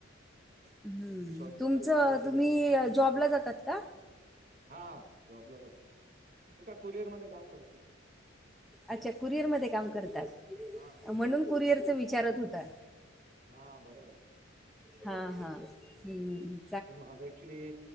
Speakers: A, in the centre; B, on the right.
A: हम्म
B: असं वाटतं
A: तुमचं
B: परत पाऊस
A: तुम्ही अ जॉबला जातात का?
B: हा जॉबला जातो ते का कुरिअर मध्ये काम करतो.
A: अच्छा कुरिअर मध्ये काम करतात
B: हां
A: म्हणून कुरिअरच विचारत होता.
B: हा बरोबर.
A: हा हा हम्म हम्म.
B: ते माझा ऍक्च्युली